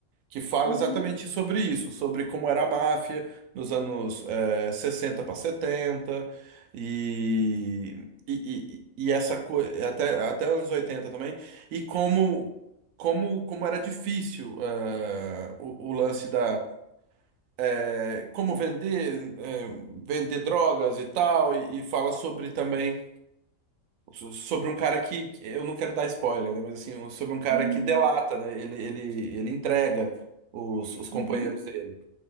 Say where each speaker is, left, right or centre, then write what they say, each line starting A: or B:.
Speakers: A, on the right (about 85°); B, on the right (about 60°).
A: que fala
B: Uhum,
A: exatamente sobre isso, sobre como era a máfia nos anos eh, 60 para 70 e, e, e, e essa coisa, até, até anos 80 também, e como, como, como era difícil eh, o, o lance da é, como vender, é, vender drogas e tal, e, e fala sobre também so- sobre um cara que que- eu não quero dar spoiler, né? Mas assim, um- sobre um cara
B: uhum,
A: que delata, né? Ele, ele, ele entrega os, os companheiros
B: uhum.
A: dele.